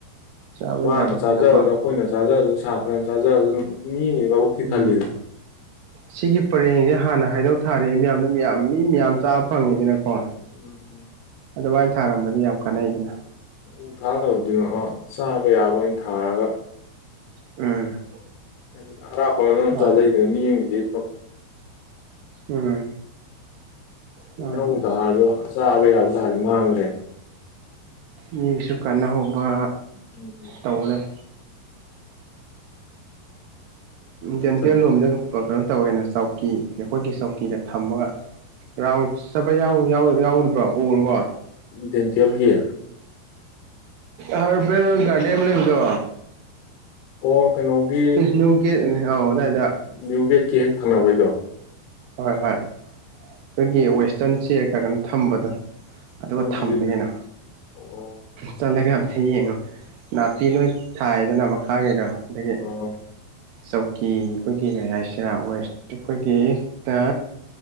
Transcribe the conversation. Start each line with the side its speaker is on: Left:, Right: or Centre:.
Right: ꯆꯥꯕ
Left: ꯃꯥꯅ
Right: ꯌꯥꯕ
Left: ꯆꯥꯔꯖꯔꯖꯨ
Right: ꯀꯩꯅꯣꯀꯣ
Left: ꯑꯈꯣꯏꯅ ꯆꯥꯔꯖꯔꯖꯨ ꯁꯥꯇ꯭ꯔꯅ ꯆꯥꯔꯖꯔꯖꯨ ꯃꯤ ꯑꯃꯒꯤ ꯃꯕꯨꯛꯇꯤ
Right: ꯎꯝ
Left: ꯊꯜꯂꯤꯗꯅ
Right: ꯁꯤꯒꯤ ꯄꯔꯦꯡꯁꯦ ꯍꯥꯟꯅ ꯍꯥꯏꯅꯧ ꯊꯥꯔꯦ ꯃꯤꯌꯥꯝꯅ ꯃꯌꯥꯝ ꯃꯤ ꯃꯌꯥꯝ ꯆꯥꯕ ꯐꯪꯉꯤꯗꯅꯀꯣ
Left: ꯎꯝ
Right: ꯑꯗꯨꯃꯥꯏꯅ ꯊꯥꯔꯝꯃꯗꯤ ꯌꯥꯝ ꯀꯥꯟꯅꯩꯗꯅ
Left: ꯎ ꯊꯥꯔ ꯀꯩꯗꯧꯗꯣꯏꯅꯣ ꯑꯣ ꯆꯥꯕ ꯌꯥꯕ ꯑꯣꯏꯅ ꯊꯥꯔꯒ
Right: ꯎꯝ
Left: ꯍꯥꯏꯗꯤ ꯑꯔꯥꯞꯄ ꯑꯃꯅ ꯑꯗꯨꯝ
Right: ꯃꯥꯅꯦ
Left: ꯆꯥꯖꯩꯗꯅ ꯃꯤ ꯑꯃꯒꯤꯗꯦ ꯐꯝ
Right: ꯎꯝ ꯃꯥꯅꯦ
Left: ꯏꯅꯧ ꯊꯥꯔꯁꯨ ꯆꯥꯕ ꯌꯥꯕ ꯊꯥꯔꯗꯤ ꯃꯥꯡꯗ꯭ꯔꯦ
Right: ꯃꯤꯒꯤꯁꯨ ꯀꯥꯟꯅꯍꯧꯕ
Left: <unintelligible>
Right: ꯇꯧꯒꯗꯝ
Left: ꯅꯠꯇ꯭ꯔꯗꯤ
Right: ꯗꯦꯟꯇꯦꯜ ꯂꯣꯝꯗꯒ ꯀꯩꯅꯣ ꯇꯧꯋꯦꯅ ꯆꯧꯀꯤ ꯑꯩꯈꯣꯏꯒꯤ ꯆꯧꯀꯤꯒ ꯊꯝꯃꯒ ꯔꯥꯎꯟ ꯆꯠꯄ ꯌꯥꯎꯔꯤꯕ꯭ꯔꯣ ꯎꯔꯕꯣ
Left: ꯗꯦꯟꯇꯦꯜꯒꯤ
Right: ꯍꯔꯕꯦꯜ ꯒꯥꯔꯗꯦ ꯑꯃ ꯂꯩꯕꯗꯣ
Left: ꯑꯣ ꯀꯩꯅꯣꯒꯤ
Right: ꯅ꯭ꯌꯨ ꯒꯦꯠ ꯑꯧ ꯑꯗꯥꯏꯗ
Left: ꯅ꯭ꯌꯨ ꯒꯦꯠꯀꯤ ꯍꯦꯛ ꯊꯪꯅꯕꯩꯗꯣ
Right: ꯍꯣꯏ ꯍꯣꯏ ꯑꯩꯈꯣꯏꯒꯤ ꯋꯦꯁꯇꯔꯟ ꯆꯦ ꯈꯔ ꯈꯔ ꯊꯝꯕꯗꯣ ꯑꯗꯨꯒ
Left: ꯎꯗ꯭ꯔꯤꯗ
Right: ꯊꯝꯃꯦ ꯀꯩꯅꯣ
Left: ꯑꯣ
Right: ꯆꯠꯂꯒ ꯑꯝꯇ ꯌꯦꯡꯉꯣ ꯅꯥꯄꯤ ꯂꯣꯏ ꯊꯥꯏꯗꯅ ꯃꯈꯥꯒꯤꯗꯣ ꯑꯗꯒꯤ
Left: ꯑꯣ
Right: ꯆꯧ ꯀꯤ ꯑꯩꯈꯣꯏꯒꯤ ꯀꯔꯤ ꯍꯥꯏꯁꯤꯔ ꯋꯦꯁ ꯑꯩꯈꯣꯏꯒꯤ ꯇ